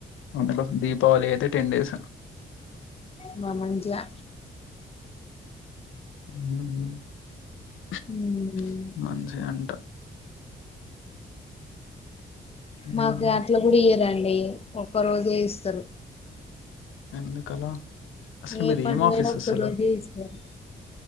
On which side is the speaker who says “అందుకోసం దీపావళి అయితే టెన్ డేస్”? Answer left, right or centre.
Left